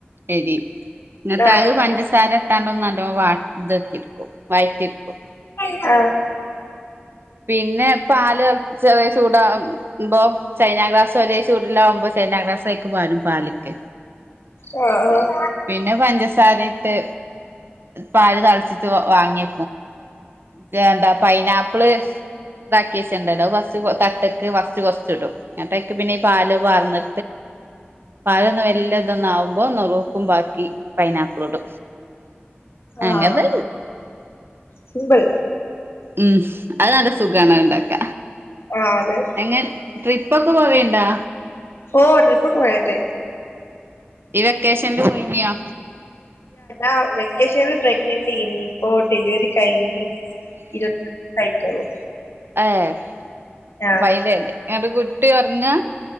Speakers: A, on the right (about 60°); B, on the left (about 80°).
A: എരി എന്നിട്ട്
B: ആഹ്
A: അത് പഞ്ചസാര ഇട്ടാണ്ട ഒന്നും നല്ല വ ഇതൊക്കെ ഇക്കും വഴറ്റരിക്കും
B: ആഹ
A: പിന്നെ പാല് ചെറിയ ചൂട ഇ്പ ചൈനാ ക്ലാസ് ഒകശൂട്ടിലാവകുമ്പോ ചൈന ക്ലാസ്സ ആക്കെ പാലും പാലക്ക്
B: ആഹ ആ
A: പിന്നെ പഞ്ചസാരയിട്ട് പാൽ തിളച്ചിട്ട് വാങ്ങിയ ണ്ട് എന്താ പൈനാപ്പിള് ഇതാക്കിയശണ്ട തട്ടക്ക് വസ് കുറച്ച ഇടും അങ്ങനക്ക് പിന്നെ ഈ പാ വാർന്ന് പാലൊന്നും വല്ല ഇതൊന്ന ആകുമ്പോ നോറ ാക്കി പൈനാപ്പിളോടും
B: ആഹ്
A: അങ്ങത്
B: സിമ്പിൾ
A: ഉം അത് നല്ല സുഖണ ഉണ്ടാക്ക
B: ആഹ് അതെ
A: എങ്ങ ട്രിപ്പൊക്കെ പോവേണ്ടാ
B: ഓ ട്രിപ്പ പോയത്
A: ഈ വെക്കേഷനിൽ പോയിനിയോ
B: ആ വെക്കേഷൻല് പ്രെഗ്നന്റ് അയ്നിം ഓ ഡെലിവറി കഴിഞ്ഞ് ഇരു <unintelligible> ആയിട്ടൊള്ളൂ
A: ഏയ്
B: ആഹ്
A: അപ്പം അയ്ല് അല്ലേ എന്നിട്ട് കുട്ടി ഒറങ്ങാ